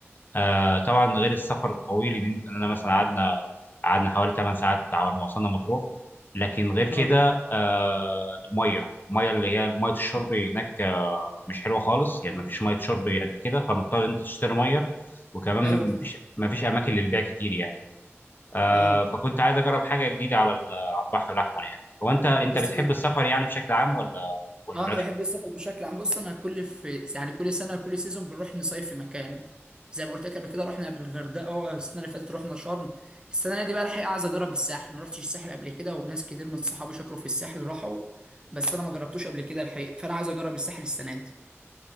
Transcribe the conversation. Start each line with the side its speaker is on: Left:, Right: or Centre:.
Left: آه طبعا غير السفر الطويل ان إن انا مثلا قعدنا قعدنا حوالي 8 ساعات على ما وصلنا مطروح لكن غير كده
Right: اه
Left: آه المية المية اللي هي مية الشرب هناك آه مش حلوة خالص يعني مفيش مية شرب قد كده فمضطر إن انت تشتري مية وكمان
Right: ايوه فاهم
Left: مفيش مفيش اماكن للبيع كتير يعني آه
Right: اه
Left: فكنت عايز اجرب حاجه جديده على ال- على البحر الاحمر يعني هو انت انت
Right: بص
Left: بتحب السفر يعني بشكل عام ولا ولا
Right: اه
Left: مالكش
Right: انا بحب السفر بشكل عام بص انا كل في يعني كل سنه كل سيزون بنروح نصيف في مكان زي ما قلت لك قبل كده رحنا قبل الغردقه اه السنه اللي فاتت رحنا شرم السنه دي بقى الحقيقه عايز اجرب الساحل ما رحتش الساحل قبل كده وناس كتير من صحابي شكروا في الساحل راحوا بس انا ما جربتوش قبل كده الحقيقه فانا عايز اجرب الساحل السنه دي